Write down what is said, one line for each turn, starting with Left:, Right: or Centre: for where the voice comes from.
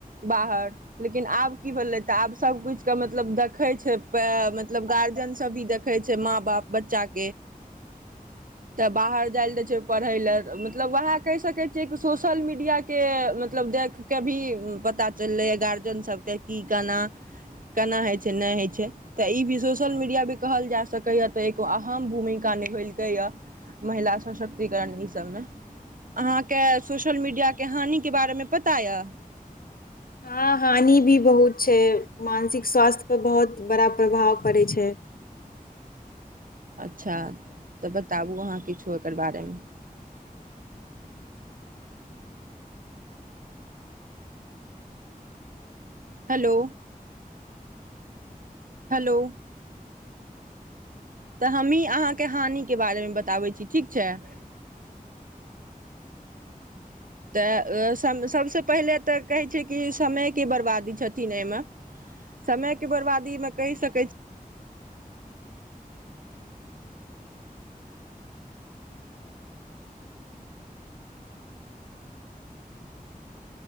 Right: बाहर लेकिन आब की भेलै तऽ आब सभ किछुके मतलब देखै छै मतलब गाजन सभ भी देखै छै माँ बाप बच्चाक तऽ बाहर जा छै पढ़ैलए मतलब वएहा कहि सकै छियै कि सोशल मीडियााक के मतलब देख के भी पता चललै ह गार्जियन सबके की केान केना होइ छै नहि होइ छै तऽ ई भी सोशल मीडिया भी कहल जा सकैए तऽ एको अहम भूमिका महिला सशक्तिकरण ई सबमे अहाँके सोशल मीडियाके हानिके बारेमे पता यए
Left: हँ हानि भी बहुत छै मानसिक स्वास्थ्य पर बहुत बड़ा प्रभाव पड़ैत छै
Right: <inaudible> अच्छा तऽ बताबू अहाँ किछो एकर बारेमे हेलो हेलो तऽ हमही अहाँके हानिके बारेमे बताबै छी ठीक छै विशाल तऽ सम सभसँ पहिले तऽ कहै छै कि समयके बरबादी छथिन एहिमे समयके बर्बादीमे कहि सकैत छी